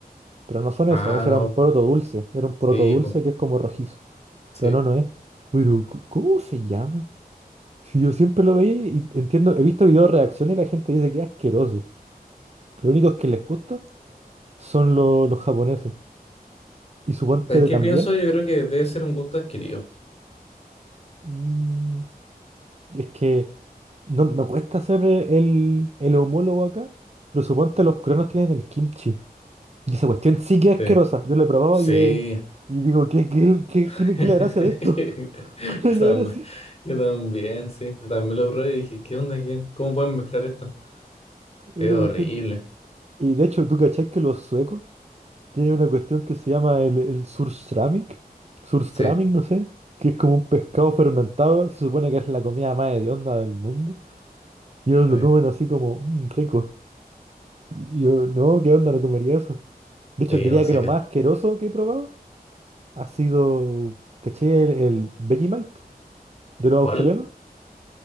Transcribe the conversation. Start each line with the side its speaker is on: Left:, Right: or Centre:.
Right: Pero no son
Left: Ah,
Right: eso, eso
Left: no.
Right: era un poroto dulce. Era un poroto
Left: Sí,
Right: dulce
Left: pues,
Right: que es como rojizo.
Left: sí.
Right: Pero no, no es. Pero, c- ¿cómo se llama? Si yo siempre lo veía y entiendo, he visto videos de reacción y la gente dice que es asqueroso. Lo único que les gusta son lo- los japoneses. Y suponte
Left: ¿Sabes qué
Right: también.
Left: pienso? Yo creo que debe ser un gusto adquirido.
Right: mm, es que no me cuesta hacer el, el homólogo acá, pero suponte los coreanos tienen el kimchi. Y esa cuestión sí que es
Left: Sí.
Right: asquerosa. Yo lo he probado
Left: Sí.
Right: y, eh, y digo, ¿qué, qué, qué,
Left: <laughs>
Right: tiene- qué es la gracia de esto?
Left: Yo
Right: <laughs> ¿Cuál es
Left: también,
Right: la gracia?
Left: yo también, sí. Yo también lo probé y dije, ¿qué onda? ¿Qué? ¿Cómo pueden mezclar esto?
Right: Es
Left: Es
Right: una
Left: horrible.
Right: cuestión de- Y de hecho, ¿tú cachás que los suecos tienen una cuestión que se llama el, el surströmming? Surströmming,
Left: Sí,
Right: no sé, que es como un pescado fermentado, que se supone que es la comida más hedionda del mundo. Y ellos
Left: sí,
Right: lo comen así como, "Mm, rico. Y yo, no, ¿qué onda? No comería eso. De hecho,
Left: sí,
Right: diría
Left: no sé
Right: que lo
Left: qué.
Right: más asqueroso que he probado ha sido, ¿cachai? El, el Vegemite de los
Left: ¿Cuál?
Right: australianos.